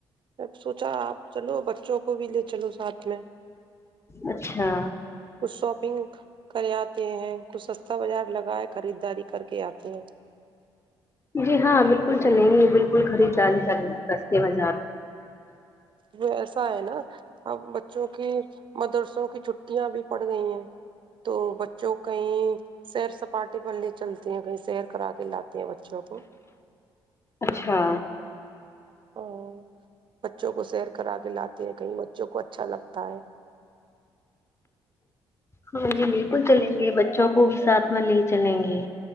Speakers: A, on the right; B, on the left.
A: میں سوچا آپ چلو بچوں کو بھی لے چلو ساتھ میں
B: اچھا
A: کچھ شاپنگ کرے آتے ہیں کچھ سستا بازار لگائے خریداری کر کے آتے ہیں
B: جی ہاں بالکل چلیں گے بالکل خری ج چلیں گے بازار
A: ہاں ایسا ہے نا اب بچوں کی مدرسوں کی چھٹیاں بھی پڑ گئی ہیں تو بچوں کہیں سیر سپاٹے پر لے چلتے ہیں کہیں سیر کرا کے لاتے یہ بچوں کو
B: اچھا
A: ا بچوں کو سیر کرا د لاتے ہیں کہیں بچوں کو اچھا لگتا ہے
B: ہاں جی بالکل چلیں گے بچوں کو بھی ساتھ میں لے چلیں گے